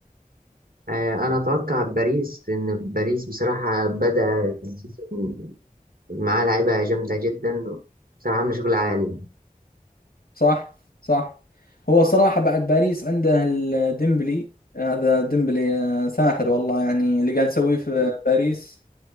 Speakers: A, on the right; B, on the left.
A: آه، انا اتوقع باريس ان باريس بصراحه بدا السيزون معاه لعيبه جامده جدا بصراحه عامله شغل عالي
B: صح صح هو صراحة بعد باريس عنده الديمبلي هذا ديمبلي آه، ساحر والله يعني اللي قاعد يسويه في باريس